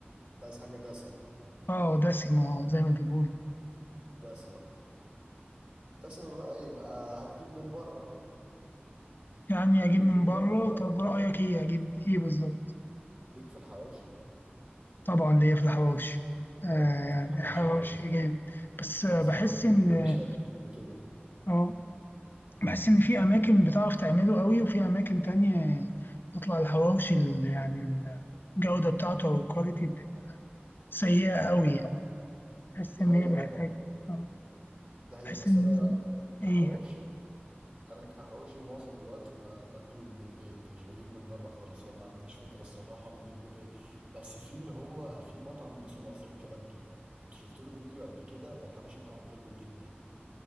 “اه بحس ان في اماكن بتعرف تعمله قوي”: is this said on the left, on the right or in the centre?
Left